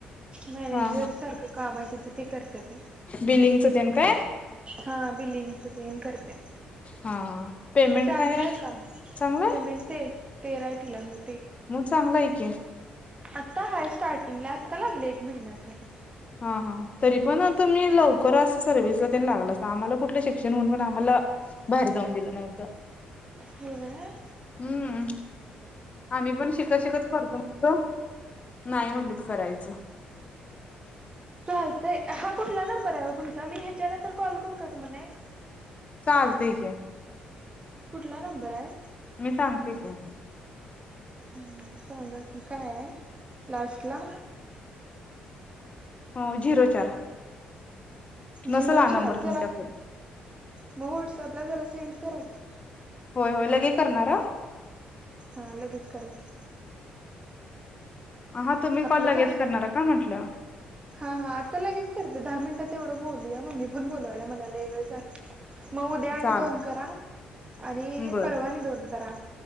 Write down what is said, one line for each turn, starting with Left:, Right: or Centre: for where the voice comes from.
Right: मॅनेजर
Left: हा
Right: सारखं काम आहे <unintelligible> करतात
Left: बिल्लि काय
Right: हा बिलिंगच तेन करत्या
Left: हा पेमेंट
Right: चांगलाय
Left: काय
Right: का
Left: चांगलंय
Right: पेमेंट ते तेरा आहे तिला होय
Left: मग चांगलं आहे की
Right: आता हाय स्टार्टिंगला आत्ता लागले एक महिना झाली.
Left: हा हा तरी पण तम्ही लवकरच अस सर्विस ला त्यांनी लागला आम्हाला कुठलं शिक्षण होऊन पण आम्हाला बाहेर जाऊन दिलं नव्हत
Right: होय
Left: हम्म आम्ही पण शिकत शिकत करतो मत नाही म्हणलीत करायचं.
Right: चालतंय हा कुठला नंबर आहे ओ तुमचा मी ह्याच्यानंतर कॉल करू काय तुम्हाला एक?
Left: चालतय की
Right: कुठला नंबर आहे?
Left: मी सांगते की.
Right: ह सांगा कि काय आहे लास्ट ला?
Left: हो झिरो चार
Right: झिरो
Left: नसल हा
Right: चार
Left: नंबर तुमच्याकडं
Right: जरा मग वॉटसपला जरा सेंड करा की.
Left: होय होय लगे करणार हं
Right: हा लगेच करा की
Left: हां तुम्ही
Right: आपलं
Left: कॉल लगेच
Right: झा
Left: करणार का म्हंटलं?
Right: हा हा आता लगेच करते दहा मिनिटात तेवढं बोलूया मम्मी पण बोलूवाल्या मला लय वेळ झाली. मग उद्या आणि
Left: चालतंय
Right: दोन करा आणि
Left: बरं
Right: परवा आणि दोन करा.